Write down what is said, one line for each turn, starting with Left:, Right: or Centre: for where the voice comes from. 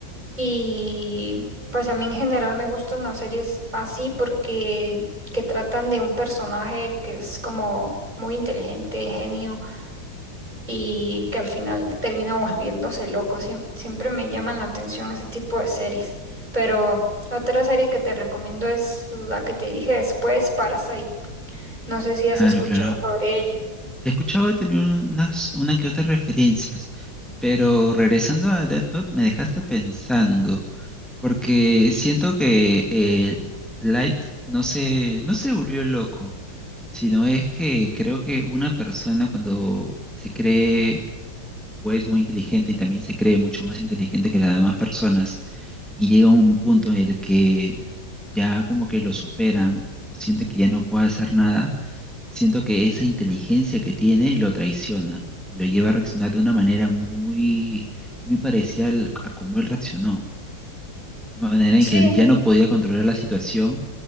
Right: Y pues a mí en general me gustan las series así porque que tratan de un personaje que es como muy inteligente, genio y que al final termina <laughs> volviéndose loco. Siem- siempre me llaman la atención ese tipo de series. Pero otra serie que te recomiendo es la que te dije después, Parasite. No sé si has
Centre: Claro,
Right: escuchado
Centre: claro.
Right: sobre ella.
Centre: He escuchado tener unas, una que otras referencias, pero regresando a Death Note me dejaste pensando. Porque siento que eh, Light no se, no se volvió loco, sino es que creo que una persona cuando se cree o es muy inteligente y también se cree mucho más inteligente que las demás personas y llega a un punto en el que ya como que lo superan o siente que ya no puede hacer nada, siento que esa inteligencia que tiene lo traiciona, lo lleva a reaccionar de una manera muy, muy parecida al- a como él reaccionó una manera
Right: Sí.
Centre: en que él ya no podía controlar la situación